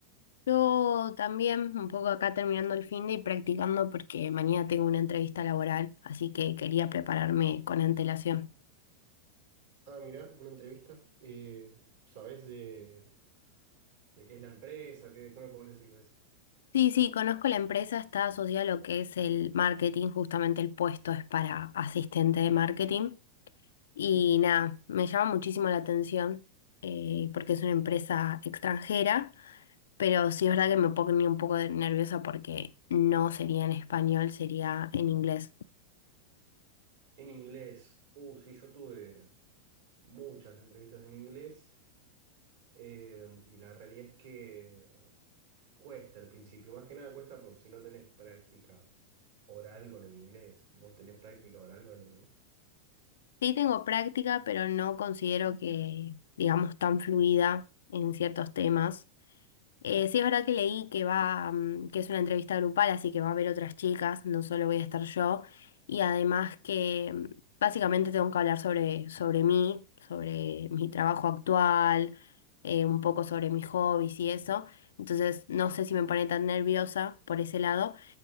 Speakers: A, on the left (about 60°); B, on the right (about 60°).
A: Yo también, un poco acá terminando el fin de y practicando porque mañana tengo una entrevista laboral, así que quería prepararme con antelación.
B: Ah, mirá, una entrevista. Eh, ¿sabés de...? ¿De qué es la empresa? ¿Qué, qué me podés decir de eso?
A: Sí, sí, conozco la empresa, está asociada a lo que es el marketing, justamente el puesto es para asistente de marketing. Y nada, me llama muchísimo la atención eh, porque es una empresa extranjera, pero sí es verdad que me pone un poco nerviosa porque no sería en español, sería en inglés.
B: En inglés. Uh, sí, yo tuve muchas entrevistas en inglés eh, y la realidad es que Cuesta al principio, más que nada cuesta por si no tenés práctica oral con el inglés. ¿Vos tenés práctica oral con el inglés?
A: Sí tengo práctica, pero no considero que, digamos, tan fluida en ciertos temas. Eh, sí es verdad que leí que va, mm, que es una entrevista grupal, así que va a haber otras chicas, no solo voy a estar yo. Y además que mm, básicamente tengo que hablar sobre, sobre mí, sobre mi trabajo actual, eh, un poco sobre mis hobbies y eso. Entonces no sé si me pone tan nerviosa por ese lado.